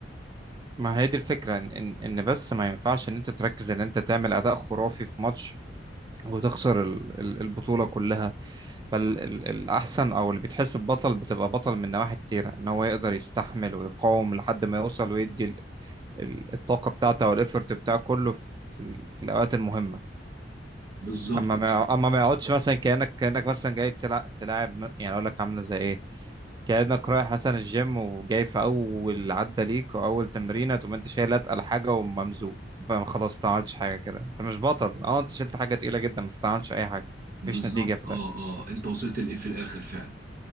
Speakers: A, on the right; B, on the right.
A: ما هي دي الفكرة إن إن إن بس ما ينفعش إن أنت تركز إن أنت تعمل أداء خرافي في ماتش وتخسر ال- ال- البطولة كلها بل ال- الأحسن أو اللي بيتحس ببطل بتبقى بطل من نواحي كتير إن هو يقدر يستحمل ويقاوم لحد ما يوصل ويدي ال- ال- الطاقة بتاعته والإفرت بتاعه كله في, ال- في الأوقات المهمة
B: بالظبط
A: أما ما يع- أما ما يقعدش مثلا كأنك كأنك مثلا جاي تلع- تلاعب م- يعني أقول لك عاملة زي إيه كأنك رايح مثلا الجيم وجاي في أول عدة ليك وأول تمرينة تقوم أنت شايل أتقل حاجة وممزوق بقى خلاص ما عملتش حاجة كده أنت مش بطل أه أنت شلت حاجة تقيلة جدا بس ما عملتش أي حاجة
B: بالظبط
A: مفيش نتيجة في
B: اه
A: الآخر
B: اه انت وصلت لايه في الاخر فعلا